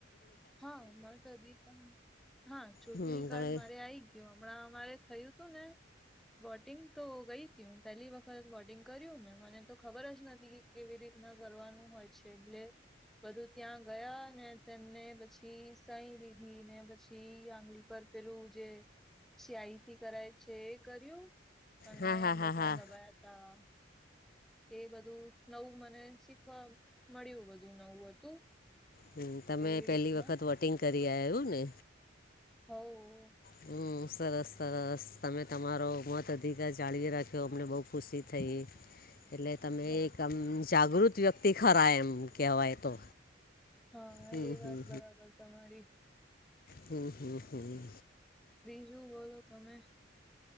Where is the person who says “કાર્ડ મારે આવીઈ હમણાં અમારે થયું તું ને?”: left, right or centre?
Centre